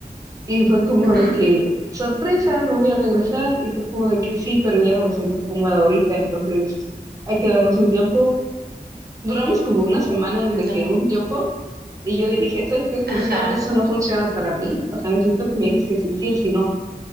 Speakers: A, on the right (about 20°); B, on the right (about 80°).
A: Y fue como
B: Ujú.
A: de que, sorpresa, me voy a regresar. Y fue como de que sí, pero ya no me siento cómoda ahorita, entonces hay que darnos un tiempo. Duramos como una semana en
B: No.
A: de que un tiempo. Y yo le dije, ¿sabes qué? Es que
B: Ajá.
A: no, esto, eso no funciona para mí. O sea, necesito que me digas que sí, sí o sí no.